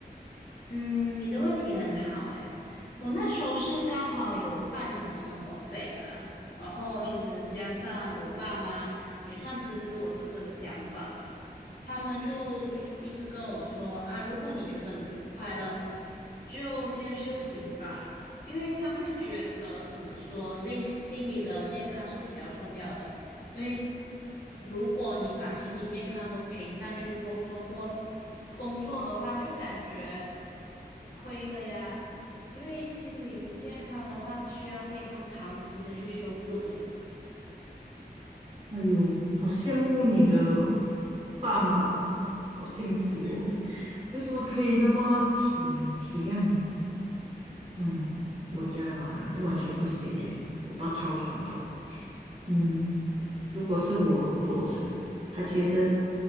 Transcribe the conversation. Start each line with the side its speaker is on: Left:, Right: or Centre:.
Left: 嗯，你的问题很好诶，我那时候是刚好有半年的生活费啦，然后其实加上我爸妈也算支持我这个想法啦，他们就一直跟我说啊，如果你觉得你不快乐，就先休息吧，因为他会觉得怎么说，内心里的健康是比较重要的。因为如果你把心理健康都赔上去工中国工作的话，就感觉亏了呀。因为心理不健康的话，是需要非常长的时间去修复的呢。<laughs>
Right: 哎呦，好羡慕你的爸妈哦，好幸福哦！
Left: 嗯哼哼，
Right: 为什么可以那么体体谅你啊嗯，我家吧就完全不行诶，我爸超传统。嗯，如果是我裸辞，他觉得